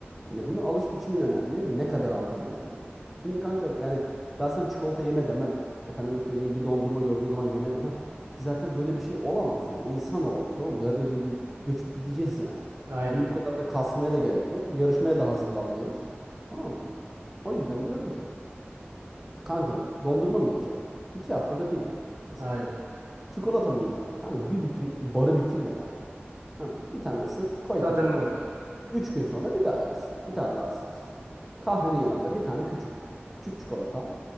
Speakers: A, in the centre; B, on the right.
A: Hani bunu alış biçimin önemli. Ne kadar aldığın önemli. Şimdi kanka yani ben sana çikolata yeme demem. Efendime söyleyeyim bir dondurma gördüğün zaman yeme demem. Ki zaten böyle bir şey olamaz yani. İnsanoğluyuz oğlum. Yarın bir gün göçüp gideceğiz yani.
B: Aynen.
A: Bunu bu kadar da kasmaya da gerek yok. Yarışmaya da hazırlanmıyoruz. Tamam mı? O yüzden diyorum ki kanka dondurma mı yiyeceksin? İki haftada bir ye mesela.
B: Aynen.
A: Çikolata mı yiyeceksin? Kanka bir bütün barı bitirme yani. Tamam, bir tane ısır koy
B: Tadımlık.
A: kenara Üç gün sonra bir daha yersin. Bir tane daha ısırırsın. Kahvenin yanında bir tane küçük küçük çikolata al.